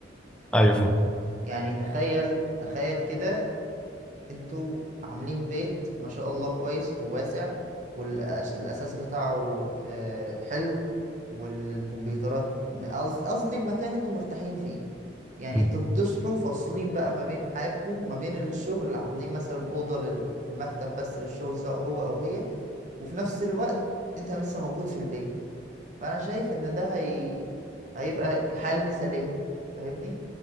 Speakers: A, in the centre; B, on the right.
A: ايوه فاهم
B: يعني تخيل تخيل كده انتوا عاملين بيت ما شاء الله كويس وواسع والأساس بتاعه آه، حلو والكمبيوترات قصد- قصدي المكان انتوا مرتاحين فيه يعني
A: مم.
B: انتوا بتصحوا فاصلين بقى ما بين حياتكم ما بين الشغل عاملين مثلا أوضة لل- للمكتب بس للشغل سواء هو أو هي وفي نفس الوقت انت لسه موجود في البيت فأنا شايف ان ده هي... هيبقى الحياة المثالية فاهمني؟